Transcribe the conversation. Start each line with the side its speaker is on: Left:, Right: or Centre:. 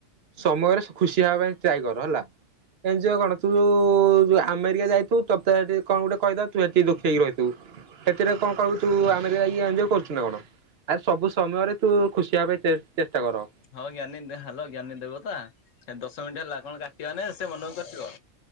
Right: ସମୟରେ ଖୁସି ହେବା ପାଇଁ ଟ୍ରାଏ କର ହେଲା ଏ କଣ ତୁ ଯଉ ଆମେରିକା ଯାଇଥୁ ତେ ସେଠି କଣ ଗୋଟେ କହିଦ ତୁ ସେଠି ଦୁଖ ହେକି ରହିଥିବୁ। ସେଥିରେ କଣ କୁ ତୁ ଆମେ ଯାଇକି ଏଞ୍ଜୟ କରୁଛୁ ନାଁ କଣ? ଆରେ ସବୁ ସମୟରେ ତୁ ଖୁସି ହବା ପାଇଁ ଚେଷ୍ଟା କର।
Left: ହଁ ଜ୍ଞାନୀ ହାଲୋ ଜ୍ଞାନୀ ଦେବତା ଦଶ ମିନିଟ୍ ହେଲା କଣ କାଟିବାନା ସେ ମନୁକୁ କଟିବ?